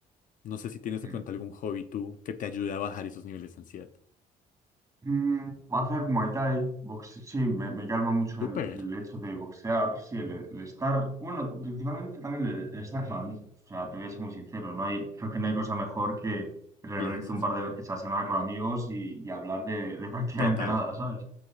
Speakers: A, on the left; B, on the right.
A: No sé si tienes
B: Mm.
A: de pronto algún hobby tú que te ayude a bajar esos niveles de ansiedad.
B: Mm, hacer Muay Thai, boxe- sí, me, me calma mucho
A: Súper,
B: el, el hecho de boxear, sí, el, el estar, bueno, principalmente también el, el estar con amigos, o sea, te voy a ser muy sincero, no hay, creo que no hay cosa mejor que reunirse
A: el ejercicio.
B: un par de veces a la semana con amigos y, y hablar de, de <laughs> prácticamente
A: Total,
B: nada, ¿sabes?